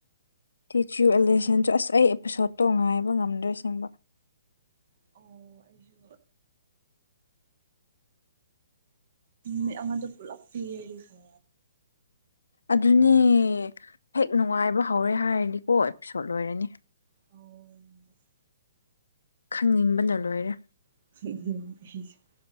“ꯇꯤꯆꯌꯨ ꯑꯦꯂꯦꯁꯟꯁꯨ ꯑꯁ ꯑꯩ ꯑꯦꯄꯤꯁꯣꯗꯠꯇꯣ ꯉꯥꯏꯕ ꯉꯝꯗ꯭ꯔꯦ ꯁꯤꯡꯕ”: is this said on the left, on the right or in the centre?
Left